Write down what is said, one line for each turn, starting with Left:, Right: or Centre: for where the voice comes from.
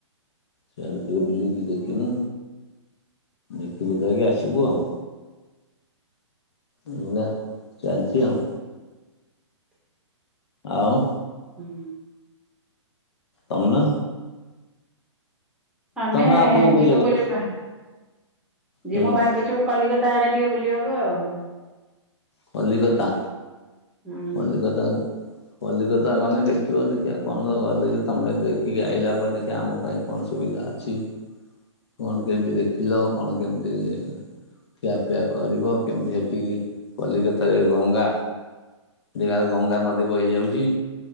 Left: ସେଆଡ଼େ ଟିକେ ବୁଲିକି ଦେଖିମୁ ଦେଖି ଦୁଖାକି ଆସିବୁ ଆଉ। ମୁଲା ଚାଲିଛି ଆଉ। ଆଉ।
Centre: ହୁଁ।
Left: ତମେ।
Centre: ଆମେ
Left: ତମେ ଆଉ କୋଉ କୋଉ
Centre: ଯମୁ
Left: ଜାଗା
Centre: ବୋଲି ଭା
Left: ହୁଁ
Centre: ଯିମୁଁ ଭାବିଛୁ କଲିକତା ଆଡେ ଟିକେ ବୁଲିବାକୁ ଆଉ।
Left: କଲିକତା
Centre: ହୁଁ
Left: କଲିକତା। କଲିକଥା ଗଲେ ଦେଖିବ ଦେଖିବା କଣ ଗଲିିକ ତମେ ଦେଖିକି ଆଇଲାା ପରେ ଦେଖିବା ଆମ ପାଇଁ। କଣ ସୁବିଧା ଅଛି କଣ କେମିତି ଦେଖିଲ କଣ କେମିତି? ଖିଆପିଆ କରିବ କେମିତି ସେଠିକି। କଲିକତାରେ ଗଙ୍ଗା <unintelligible> ଗଙ୍ଗା ନଦୀ ବହି ଯାଉଛି।